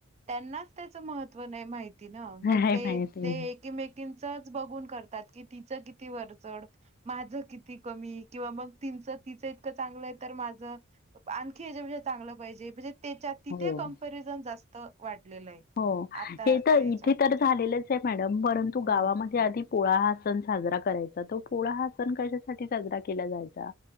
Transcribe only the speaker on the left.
नाही
माहिती.
हो.
हो
हे तर
इथे तर झालेलंच आहे मॅडम परंतु
गावामध्ये आधी. पोळा ह सण साजरा करायचा तो पोळा ह सण कशासाठी साजरा केला जायचा.